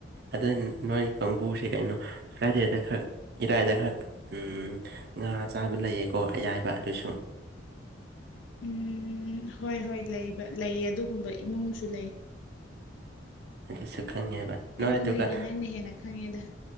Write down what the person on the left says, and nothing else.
ꯎꯝ ꯍꯣꯏ ꯍꯣꯏ ꯂꯩꯕ ꯂꯩꯌꯦ ꯑꯗꯨꯒꯨꯝꯕ ꯏꯃꯨꯡꯁꯨ ꯂꯩ
ꯑꯩꯉꯣꯟꯗꯒꯤ
ꯅꯪꯅ ꯍꯦꯟꯅ ꯈꯪꯉꯦꯗ